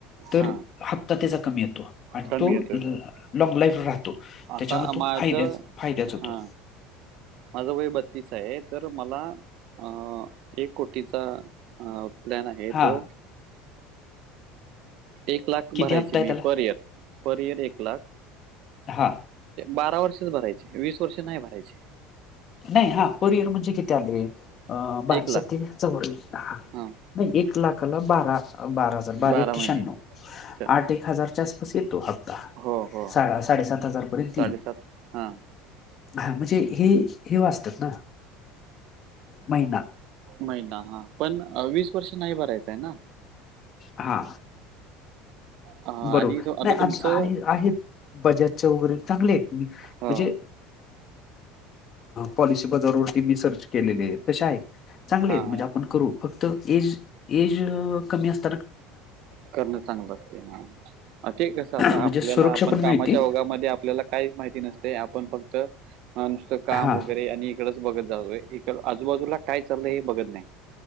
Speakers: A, on the left; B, on the right.
A: तर-
B: हां
A: हत्ता त्याचा कमी येतो, आणि
B: कमी
A: तो
B: येतोय हो
A: लॉंग लाईफ राहतो.
B: आता
A: त्याच्यामध्ये तो
B: माझं
A: फायद्याच फायद्याच होतो.
B: हां माझं वय बत्तीस आहे तर मला अ एक कोटीचा अ लण हे
A: हां
B: तो. एक लाख
A: किती
B: भरायची
A: हप्ता आहे
B: मी
A: त्याला
B: पर इयर पर इयर एक लाख.
A: हां
B: बारा वर्षच भरायचे, वीस वर्ष नाही भरायचे.
A: नाही हा पर इअर म्हणजे किती आले अ बारेसाती
B: एक लाख
A: चौर्याऐंशी हा
B: हां
A: - नाही एक लाखाला बारा- बारा हजार. बारी
B: बारा
A: आठे
B: महिने
A: शहाअंनोवं
B: स-
A: आठ एक हजारच्या आसपास येतो हप्ता.
B: हो हो
A: साडेसात हजार पर्यंत
B: साडेसात
A: येई-
B: हां
A: हा म्हणजे हे हे वाचतात ना महिना-
B: महिना हा पण वीस वर्ष नाही भरायचं आहे ना.
A: हा
B: अ,
A: बरोबर
B: आणि जो
A: नाही
B: आता तुमचं
A: आ आहे आहेत. बजाजच वगैरे चांगले आहेत मी म्हणजे.
B: हो
A: पॉलिसी प जारवरती मी सर्च केलेले आहे तश आहे. चांगले
B: हां
A: आहेत म्हणजे
B: हां
A: आपण करू फक्त एज एज कमी अस-
B: करणं चांगलं असते ना. ते कसं आता
A: म्हणजे
B: आपल्याला
A: सुरक्षा
B: आपण
A: पण
B: कामाच्या
A: मिळते
B: ओगामध्ये, आपल्याला काहीच माहिती नसते आपण फक्त नुसतं काम
A: हां
B: वगैरे आणि- इकडेच बघत जातोय इकड आजूबाजूला काय चालय हे बघत नाही.